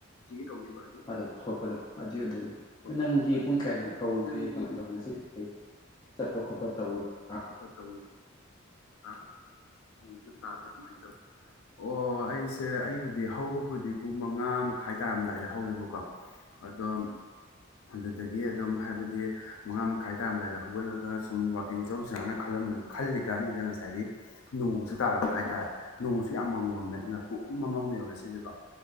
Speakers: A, on the left (about 90°); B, on the left (about 20°).
A: ꯇꯧꯈꯤꯕꯗꯤ
B: ꯃꯇꯝ ꯍꯧꯠꯄꯗꯣ ꯑꯗꯨꯏ ꯑꯗꯨꯏꯅꯤ ꯅꯪꯗꯤ
A: ꯑꯗꯨ
B: ꯄꯨꯡ ꯀꯌꯥꯗꯣ ꯍꯧꯒꯦ
A: ꯅꯪꯗꯤ
B: ꯀꯃꯥꯏꯅ ꯇꯧꯗꯅꯣ ꯉꯁꯤ ꯆꯠꯄ ꯈꯣꯠꯄ ꯇꯧꯔꯨ꯭ꯔ
A: ꯇꯧꯔ ꯑꯁꯨ ꯇꯥꯕ꯭ꯔꯥ ꯑꯗꯨꯃꯥꯏꯅ ꯇꯧꯋꯤ ꯑꯣ ꯑꯩꯁꯦ ꯑꯩꯕꯨꯗꯤ ꯍꯧꯕꯕꯨꯗꯤ ꯄꯨꯡ ꯃꯉꯥ ꯃꯈꯥꯏ ꯇꯥꯔꯝꯗꯥꯏꯗ ꯍꯧꯋꯦꯕꯀꯣ ꯑꯦꯖꯣꯟ ꯑꯗꯨꯗꯒꯤ ꯑꯗꯨꯝ ꯍꯥꯏꯕꯗꯤ ꯃꯉꯥ ꯃꯈꯥꯏ ꯇꯥꯔꯝꯗꯥꯏꯗ ꯍꯧꯒꯠꯂꯒ ꯁꯨꯝ ꯋꯥꯛꯀꯤꯡ ꯆꯧꯁꯤꯅ ꯈꯜꯂꯝꯕꯁꯦ ꯈꯜꯂꯤ ꯀꯥꯟꯁꯤꯗ ꯉꯁꯥꯏꯒꯤ ꯅꯣꯡꯁꯨ ꯇꯥꯔꯛꯄ ꯍꯥꯏꯇꯥꯔꯦ ꯅꯣꯡꯁꯨ ꯌꯥꯝꯃꯃꯝꯃꯦ ꯉ ꯄꯣꯛꯃꯃꯝ ꯂꯩꯧꯦ ꯁꯤꯁꯀꯣ